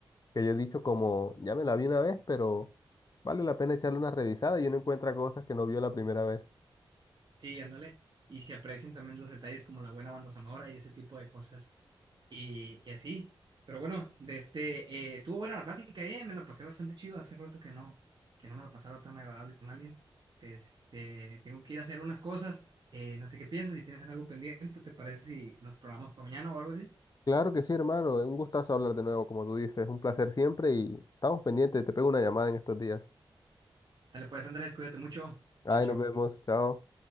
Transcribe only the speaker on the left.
que yo he dicho como, ya me la vi una vez, pero vale la pena echarle una revisada y uno encuentra cosas que no vio la primera vez.
Claro que sí, hermano, un gustazo hablar de nuevo, como tú dices, un placer siempre y estamos pendientes, te pego una llamada en estos días.
ay
nos vemos, chao.